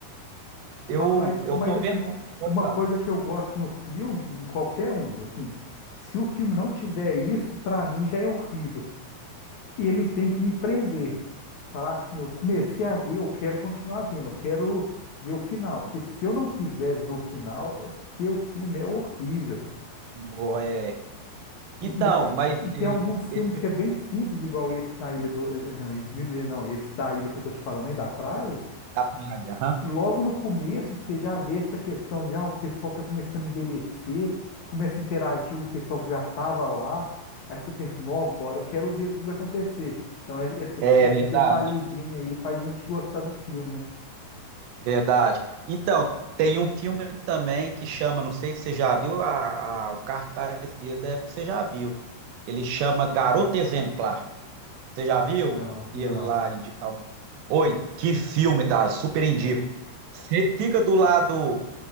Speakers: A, on the right; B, on the left.
A: eu,
B: ma- mas,
A: eu
B: mas
A: tô
B: assim,
A: vendo.
B: u-
A: Pode
B: uma
A: falar.
B: coisa que eu gosto no filme, em qualquer um, assim, se o filme não tiver isso, pra mim já é horrível. Ele tem que me prender. Falar assim, eu comecei
A: Uhum.
B: a ver, eu quero continuar vendo, eu quero ver o final. Porque se eu não quiser ver o final, é porque o filme é horrível.
A: Ó, é. Então,
B: E, e, aí-
A: mas
B: e tem
A: e-
B: alguns filmes
A: esse
B: que é bem simples, igual esse da Ilha do. eh, Não, Ilha do Minuê, não, esse da ilha que eu tô te falando aí, da praia.
A: da praia, aham.
B: Logo no começo você já vê essa questão de ah, o pessoal tá começando a envelhecer, começa a interagir com o pessoal que já tava lá. Aí você pensa, não, agora eu quero ver o que que vai acontecer. Então, é- essas,
A: É
B: esses
A: verdade.
B: detalhezinhos aí faz a gente gostar do filme, né?
A: Verdade. Então, tem um filme também que chama, não sei se você já viu, a, a- o cartaz dele deve que você já viu. Ele chama Garota Exemplar. Você já viu?
B: Não, não.
A: Ele lá. em di- al- Oi, que filme, tá? Super indico.
B: É.
A: Você fica do lado.